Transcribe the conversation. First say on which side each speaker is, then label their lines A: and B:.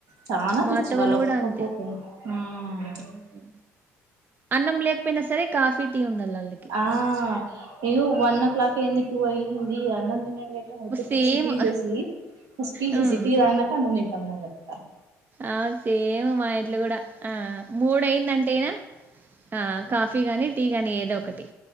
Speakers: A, on the right (about 75°); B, on the right (about 35°).
A: చాన
B: మా
A: పిచ్చి
B: అత్త
A: వాళ్ళు ఒప్పుకోకపోతే
B: కూడా అంతే
A: హుమ్
B: హ్మ్ అన్నం లేకపోయినా సరే కాఫీ టీ ఉండాల వాళ్ళకి
A: ఆ అయ్యో వన్ ఓ క్లాక్ అయింది టూ అయ్యింది అన్నంతినండి అని వద్దు
B: సేమ్
A: ఫస్ట్ టీ చేసిఇయ్యి ఫస్ట్ టీ
B: హ్మ్
A: చేసి టీ తాగినక అన్నం తింటం అని చెప్తారు
B: ఆ సేమ్ మా ఇంట్లో కూడా ఆ మూడు అయింది అంటే నా ఆ కాఫీ గాని టీ గానీ ఏదో ఒకటి